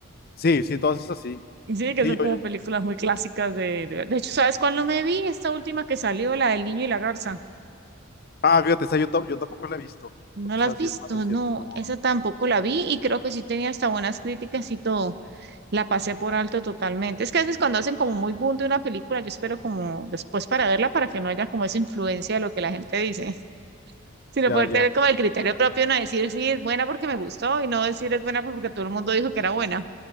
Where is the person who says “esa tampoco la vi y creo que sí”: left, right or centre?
Right